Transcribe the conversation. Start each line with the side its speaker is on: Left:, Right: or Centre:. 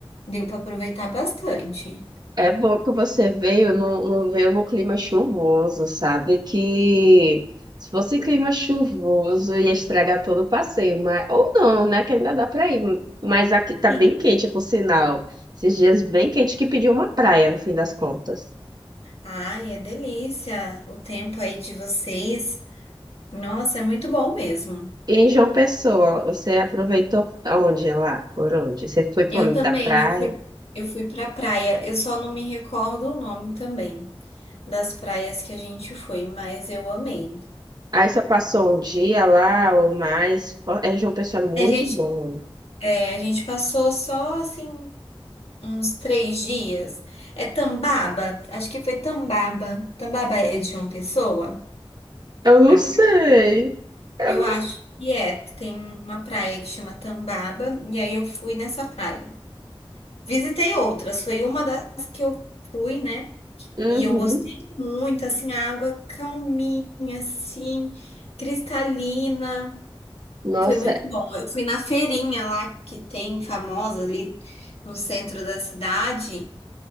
Left: Deu para aproveitar bastante.
Right: É bom que você veio, não, não veio no clima chuvoso, sabe? Que se fosse clima chuvoso ia estragar todo o passeio, mas... ou não, né? Que ainda dá pra ir. Mas aqui tá
Left: Sim.
Right: bem quente, por sinal. Esses dias bem quente que pediu uma praia, no fim das contas.
Left: Ai, é delícia o tempo aí de vocês. Nossa, é muito bom mesmo.
Right: E em João Pessoa, você aproveitou onde lá? Por onde? Você foi para
Left: Eu também,
Right: da praia?
Left: eu fui, eu fui pra praia. Eu só não me recordo o nome também das praias que a gente foi, mas eu amei.
Right: Aí só passou um dia lá ou mais? É, em João Pessoa é muito
Left: A gente,
Right: bom.
Left: é, a gente passou só assim uns três dias. É Tambaba, acho que foi Tambaba. Tambaba é de uma pessoa?
Right: Eu não
Left: A
Right: sei.
Left: pra-
Right: Eu
Left: Eu
Right: não
Left: acho
Right: sei.
Left: que é. Tem uma praia que chama Tambaba, e aí eu fui nessa praia. Visitei outras, foi uma das que eu fui, né?
Right: Uhum.
Left: E eu gostei muito, assim, a água calminha, assim, cristalina.
Right: Nossa,
Left: Foi muito
Right: é
Left: bom. Eu fui na feirinha lá que tem famosa ali no centro da cidade.